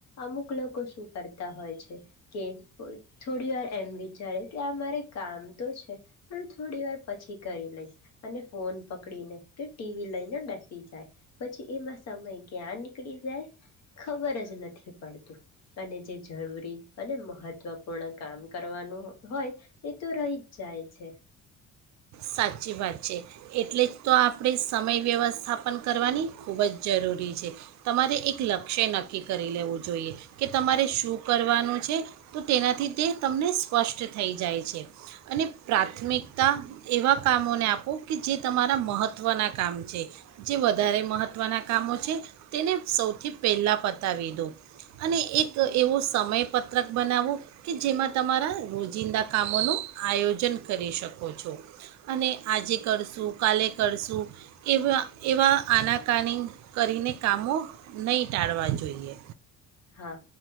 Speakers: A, on the left; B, on the right.
A: અમુક લોકો શું કરતા હોય છે કે થોડી વાર એમ વિચારે કે આ મારે કામ તો છે પણ થોડી વાર પછી કરી લઈશ. અને ફોન પકડીને કે ટીવી લઈને બેસી જાય પછી એમાં સમય ક્યાં નીકળી જાય ખબર જ નથી પડતું અને જે જરૂરી અને મહત્વપૂર્ણ કામ કરવાનું હોય એ તો રહી જ જાય છે.
B: સાચી વાત છે એટલે જ તો આપણે સમય વ્યવસ્થાપન કરવાની ખુબ જ જરૂરી છે. તમારે એક લક્ષ્ય નક્કી કરી લેવું જોઈએ કે તમારે શું કરવાનું છે તો તેનાથી તે તમને સ્પષ્ટ થઈ જાય છે અને પ્રાથમિકતા એવા કામોને આપો કે જે તમારા મહત્ત્વનાં કામ છે જે વધારે મહત્ત્વના કામો છે તેને સૌથી પહેલાં પતાવી દો અને એક એવો સમયપત્રક બનાવો કે જેમાં તમારા રોજિંદા કામોનું આયોજન કરી શકો છો. અને આજે કરશું કાલે કરશું એવા એવા આનાકાની કરીને કામો નહીં ટાળવા જોઈએ.
A: હા